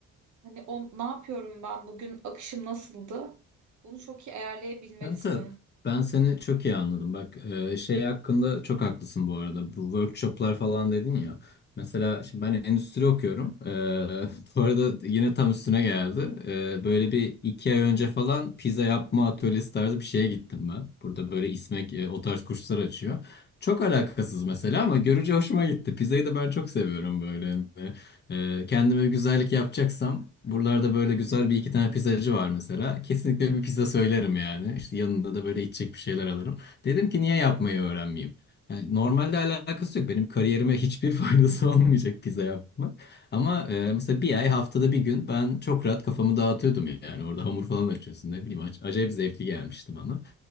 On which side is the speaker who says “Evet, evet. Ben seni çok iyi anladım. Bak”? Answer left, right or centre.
Left